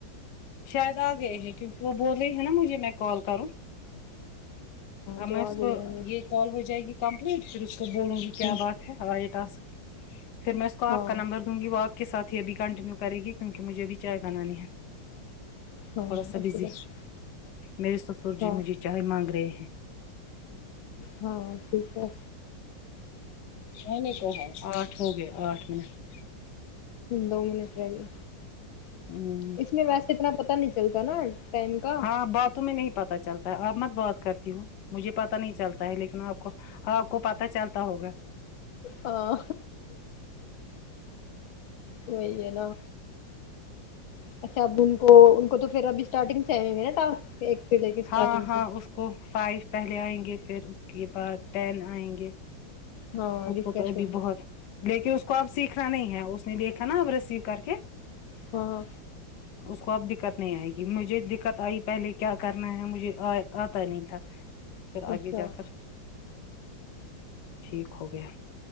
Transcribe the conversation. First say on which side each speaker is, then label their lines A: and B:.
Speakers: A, on the left; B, on the left.
A: شاید آ گئے ہیں کیوںکہ وہ بول رہی ہے نا مجھے میں کال کروں ہاں
B: تو
A: میں اس
B: آ گئی
A: کو
B: ہوں
A: یہ کال ہو جائے گی کمپلیٹ پھر اس کو بولوں گی
B: گے
A: کیا بات ہے آائٹ آس پھر میں اس کو آپ
B: ہاں
A: کا نمبر وں گی وہ آپ کے ساتھ ہی ابھی کنٹینیو کرے گی کیونک مجھے ابھی چائے بنانی ہے
B: ہاں
A: تھوڑا سا
B: اچھی
A: بزی
B: بات
A: میرے سسر جی
B: ہاں
A: مجھے چائے مانگ رہے ہیں
B: ہاں ٹھیک ہے
A: نہیں نہیں کہ آٹھ ہو گئے آٹھ منٹ <unintelligible>
B: دو منٹ رہگیے
A: ہوں
B: اس میں ویسے اتنا پتا نہیں چلتا ناں ٹائم کا
A: ہاں باتوں میں نہیں پتا چلتا ہے آپ مت بات کرتی ہوں مجھے پتا نہیں چلتا ہے لیکن آپ کو آپ کو پتہ چلتا ہوگا
B: ہاں وہی ہے ناں اچھا اب ان کو ان کو تو پھر ابھی اسٹارٹنگ سے آئیں گے ناں ٹاسک ایک سے لے کے اسٹارٹنگ
A: ہاں ہاں
B: سے
A: اس کو فائیو پہلے آئیں گے پھر اس کے بعد ٹین آئیں گے
B: ہاں
A: اس
B: ریفریش
A: کو تو ابھی
B: ہوگی
A: بہت لیکن اس کو اب سیکھنا نہیں ہے اس نے دیکھا نا اب ریسیو کر کے
B: ہاں
A: اس کو اب دقت نہیں آئے گی مجھے دقت آئی پہلے کیا کرنا ہے مجھے آتا نہیں تھا پھر آگے
B: اچھا
A: جا کر ٹھیک ہو گیا